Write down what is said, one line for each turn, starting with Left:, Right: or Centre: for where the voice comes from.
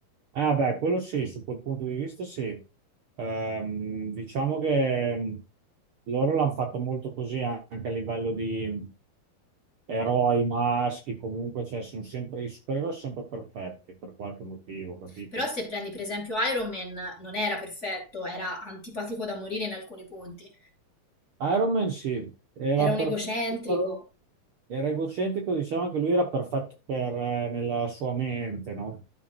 Right: Ah beh, quello sì, su quel punto di vista sì. Ehm, diciamo che mh, loro l'hanno fatto molto così anche a livello di eroi maschi, comunque, cioè sono sempre, i supereroi sono sempre perfetti per qualche motivo, capito?
Left: Però se prendi per esempio Iron Man non era perfetto, era antipatico da morire in alcuni punti,
Right: Iron Man sì, era
Left: era
Right: perfetto,
Left: un egocentrico.
Right: però era egocentrico, diciamo che lui era perfetto per, eh, nella sua mente, no?